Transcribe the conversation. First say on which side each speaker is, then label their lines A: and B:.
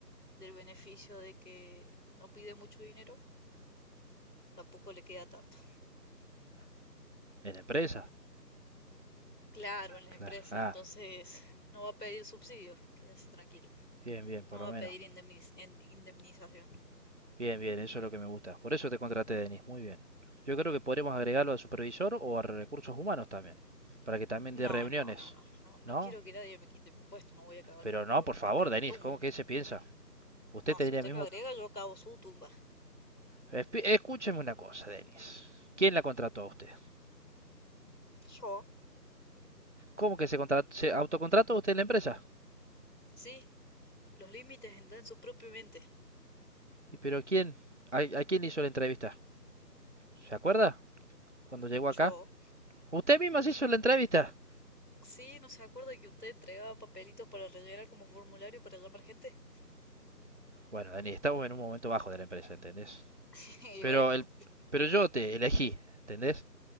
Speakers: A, on the left; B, on the right.
A: del beneficio de que no pide mucho dinero, tampoco le queda tanto.
B: en la empresa.
A: Claro, en la
B: Claro.
A: empresa,
B: Ah,
A: entonces no va a pedir subsidios, quédese tranquilo.
B: bien, bien, por
A: No
B: lo
A: va a
B: menos.
A: pedir indemniz- indemnización.
B: Bien, bien, eso es lo que me gusta. Por eso te contraté, Denis. Muy bien. Yo creo que podremos agregarlo al supervisor o a recursos humanos también. Para que también dé
A: No,
B: reuniones.
A: no, no, no, no, no
B: ¿No?
A: quiero que nadie me quite mi puesto, no voy a cavar
B: Pero
A: mi, pro-
B: no, por
A: mi
B: favor,
A: propia
B: Denis.
A: tumba.
B: ¿Cómo que se piensa? Usted
A: No,
B: tendría
A: si usted
B: mismo...
A: lo agrega, yo cavo su tumba.
B: Escúcheme una cosa, Denis. ¿Quién la contrató a usted?
A: Yo.
B: ¿Cómo que se, contra- se autocontrató usted en la empresa?
A: Sí, los límites están en su propia mente.
B: ¿Y pero quién? ¿A, a quién hizo la entrevista? ¿Se acuerda? cuando llegó
A: Yo.
B: acá. Usted mismo se hizo la entrevista.
A: Sí, ¿no se acuerda que usted entregaba papelitos para rellenar como formulario para llamar gente?
B: Bueno, Dani, estamos en un momento bajo de la empresa, ¿entendés?
A: <laughs> Y
B: Pero
A: bueno,
B: el, pero yo te elegí, ¿entendés?